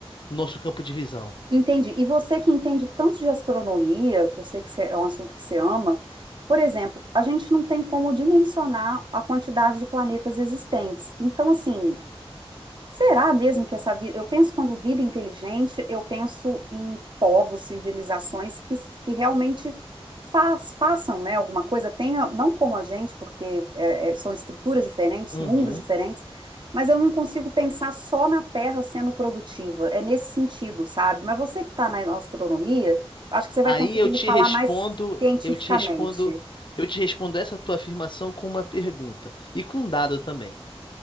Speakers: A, on the left (about 50°); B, on the right (about 50°).
A: nosso campo de visão.
B: Entendi. E você que entende tanto de astronomia, que eu sei que você- é um assunto que você ama, por exemplo, a gente não tem como dimensionar a quantidade de planetas existentes. Então, assim, Será mesmo que essa vida. Eu penso quando vida inteligente, eu penso em povos, civilizações que, que realmente faz, façam, né, alguma coisa, tenha, não como a gente, porque é, é, são estruturas diferentes,
A: Uhum.
B: mundos diferentes, mas eu não consigo pensar só na Terra sendo produtiva. É nesse sentido, sabe? Mas você que está na astronomia, acho que você vai
A: Aí
B: conseguir
A: eu
B: me
A: te
B: falar
A: respondo,
B: mais cientificamente.
A: eu te respondo, eu te respondo essa tua afirmação com uma pergunta e com um dado também.